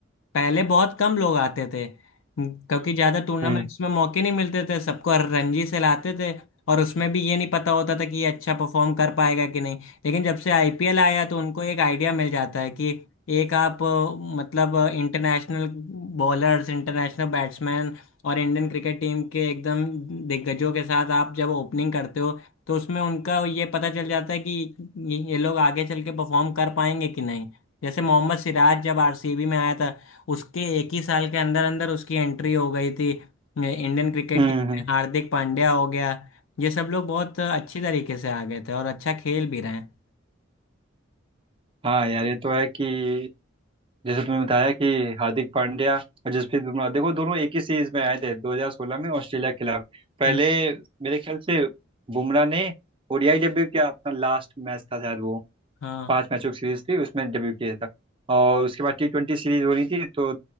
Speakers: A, on the left; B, on the right.
A: पहले बहुत कम लोग आते थे क्योंकि ज़्यादा टूर्नामेंट्स
B: हम्म
A: में मौके नहीं मिलते थे सबको रणजी से लाते थे और उसमें भी ये नहीं पता होता था कि ये अच्छा परफॉर्म कर पाएगा कि नहीं लेकिन जब से आईपीएल आया तो उनको एक आइडिया मिल जाता है कि एक आप अ, मतलब इंटरनेशनल बॉलर्स इंटरनेशनल बैट्समैन और इंडियन क्रिकेट टीम के एकदम दिग्गजों के साथ आप जब ओपनिंग करते हो तो उसमें उनका ये पता चल जाता है कि ये ये लोग आगे चल के परफॉर्म कर पाएंगे कि नहीं जैसे मोहम्मद सिराज जब आरसीबी में आया था उसके एक ही साल के अंदर अंदर उसकी एंट्री हो गई थी इंडियन क्रिकेट
B: हम्म
A: टीम
B: हम्म।
A: में हार्दिक पांड्या हो गया ये सब लोग बहुत अच्छी तरीके से आ गए थे और अच्छा खेल भी रहे हैं
B: हाँ यार ये तो है कि जैसे तुमने बताया कि हार्दिक पांड्या और जसप्रीत बुमराह देखो दोनों एक ही सीरीज में आए थे 2016 में ऑस्ट्रेलिया के खिलाफ पहले
A: हम्म,
B: मेरे ख्याल से बुमराह ने ओडीआई डेब्यू किया अपना लास्ट मैच था शायद वो
A: हाँ
B: पांच मैचों की सीरीज थी उसमें डेब्यू किया था और उसके बाद टी ट्वेंटी सीरीज हो रही थी तो